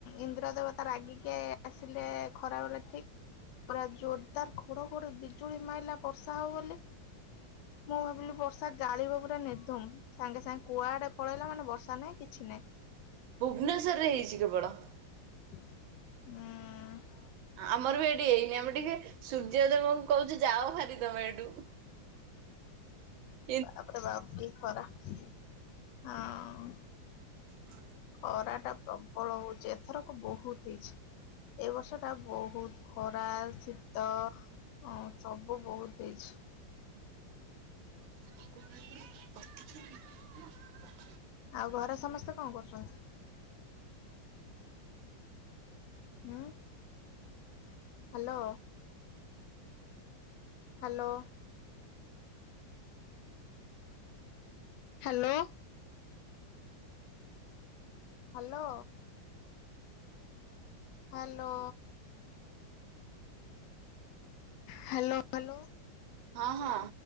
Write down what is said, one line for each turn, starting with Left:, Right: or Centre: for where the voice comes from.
Left: ଇନ୍ଦ୍ର ଦେବତା ରାଗିକେ ଆସିଲେ ଖରା ବେଳେ ଠିକ ପୁରା ଜୋରଦାର ଘଡଘଡି ବିଜୁଳି ମାଇଲା ବର୍ଷା ହବ ବୋଲି। ମୁଁ ଭାବିଲି ବର୍ଷା ଗାଳିବ ପୁରା ନିର୍ଧୁମ। ସାଙ୍ଗେ ସାଙ୍ଗେ କୁଆଡେ ପଳେଇଲା ମାନେ ବର୍ଷା ନାହିଁ କିଛି ନାହିଁ।
Right: ଭୁବନେଶ୍ୱରରେ ହେଇଚି କେବଳ।
Left: ହୁଁ।
Right: ଆମର ବି ଏଠି ଏଇନି ଆମେ ଟିକେ ସୂର୍ଯ୍ୟଦେବଙ୍କୁ କୋହୁଚୁ ଯାଅ ଭାରି ତମେ ଏଠୁ। ହ
Left: ତାପରେ ବାପ କି ଖରା ହଁ।
Right: ଭ
Left: ଖରାଟା ପ୍ରବଳ ହୋଉଚ ଏଥରକ ବୋହୁତ ହେଇଚି। ଏ ବର୍ଷଟା ବୋହୁତ ଖରା ଶୀତ ଅ ସବୁ ବୋହୁତ ହେଇଚି।
Right: <unintelligible> ପ୍ରତିକ୍ଷା ନାହିଁ ମାନେ
Left: ଆଉ ଘରେ ସମସ୍ତେ କଣ କରୁଚନ୍ତି? ଉଁ hello. Hello. Hello. Hello. Hello. Hello hello.
Right: ହଁ ହଁ